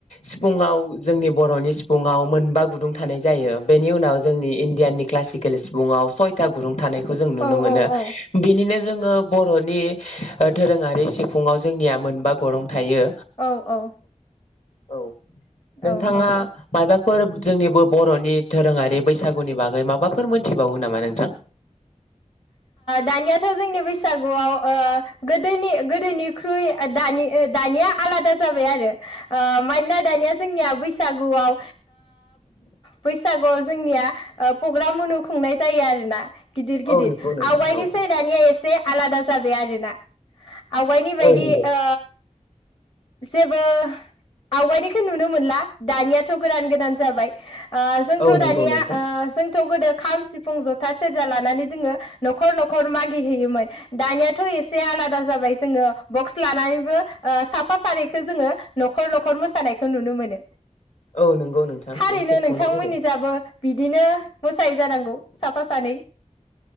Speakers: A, on the left; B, on the left.
A: सिफुङाव जोंनि बर'नि सिफुङाव मोनबा गुदुं थानाय जायो बेनि उनाव जोंनि इण्डियाननि क्लासिकेल सिफुुयाव सयथा गुदुं थानायखौ जों नुनो
B: औ
A: मोनो
B: औ औ
A: बेनिनो जोङो बर'नि दोरोङारि सिफुाव जोंनि मोनबा गरं थायो
B: औ औ
A: औ नोंथाङा
B: औ नंगौ
A: मायबाफोर जोंनिबो बर'नि दधोरोङारि बैसागुनि बागै माबाफोर मोनथिबावो नामा नोंथां
B: दानियाथ' जोंनि बैसागुआव गोदोनि गोदोनिख्रुइ दा-दानिया आलादा जाबाय आरो ओ मानोना दानिया जोंनिया बैसागुआव बैसागुआव जोंनिया प्रग्राम मनु खुंनाय जायो आरोना गिदिर गिदिर
A: औ नंगौ नोंथां
B: आवगायनोसै
A: औ
B: दानिया एसे आलादा जागाय बे आरोना आवगायनि बायदि
A: औ नंगौ
B: ओ जेबो आवगायनायखौ नुनो मोनला दानिया थ गोदान गोदान जाबाय ओ जोंथ'
A: औ नंगौ
B: दानिया
A: नोंथां
B: ओ जोंथ' गोदो खाम सिफुं जथा सेरजा लानानै जोङो न'खर न'खर मागि हैैयोमोन दानियाथ' एसे आलादा जाबाय जोङो बक्स लानानैबो ओ साफा सानैखो जोङो न'खर न'खर मोसानायखौ नुनो मोनो
A: औ नंगौ नोंथां
B: थारैनो
A: नों थिगखौनो
B: नोंथांमोननि
A: बुंदों।
B: जाबो बिदिनो मोसायो जानांगौ साफा सानै